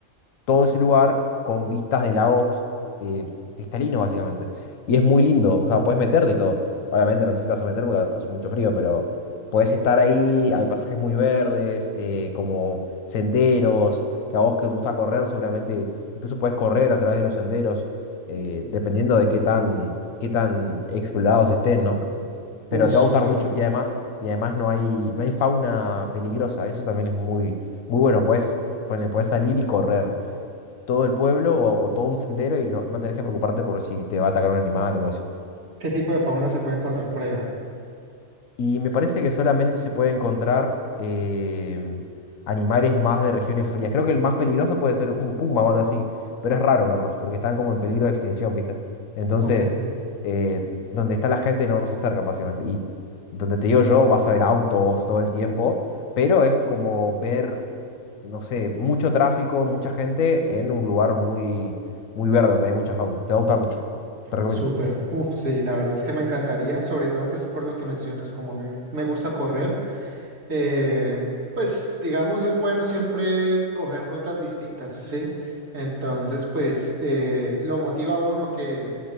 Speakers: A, on the left (about 80°); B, on the right (about 75°).
A: todo ese lugar con vistas de lagos eh, cristalinos, básicamente. Y es muy lindo, o sea, puedes meterte y todo. Obviamente no sé si te vas a meter porque hace mucho frío, pero puedes estar ahí, hay pasajes muy verdes, eh, como senderos, que a vos que te gusta correr, seguramente incluso puedes correr a través de los senderos, eh, dependiendo de qué tan, qué tan explorados estén, ¿no?
B: Uy,
A: Pero
B: súper.
A: te va a gustar mucho y además, y además no hay, no hay fauna peligrosa, eso también es muy, muy bueno, puedes, puedes salir y correr todo el pueblo o, o todo un sendero y no, no tenés que preocuparte por si te va a atacar un animal o algo así.
B: ¿Qué tipo de fauna se puede encontrar por allá?
A: Y me parece que solamente se puede encontrar em, animales más de regiones frías. Creo que el más peligroso puede ser un puma o algo así, pero es raro verlos porque están como en peligro de extinción, ¿viste? Entonces,
B: Ok.
A: eh, donde está la gente no nos acercan básicamente. Y donde te digo yo, vas a ver autos todo el tiempo, pero es como ver no sé, mucho tráfico, mucha gente en un lugar muy, muy verde donde hay mucha fauna. Te va a gustar mucho. Te recomiendo.
B: Súper. Uf, sí, la verdad es que me encantaría, sobre todo pues por lo que mencionas, como a mí me gusta correr eh, pues digamos es bueno siempre coger rutas distintas, ¿sí? Entonces, pues eh, lo motiva a uno que